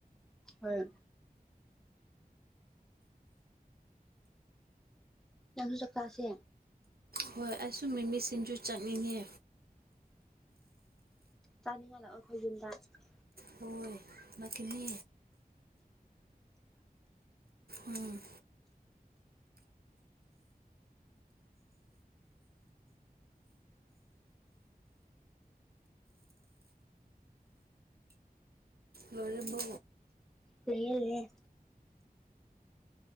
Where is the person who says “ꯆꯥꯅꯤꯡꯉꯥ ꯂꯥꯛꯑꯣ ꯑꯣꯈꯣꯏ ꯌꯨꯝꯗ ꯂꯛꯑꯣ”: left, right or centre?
Centre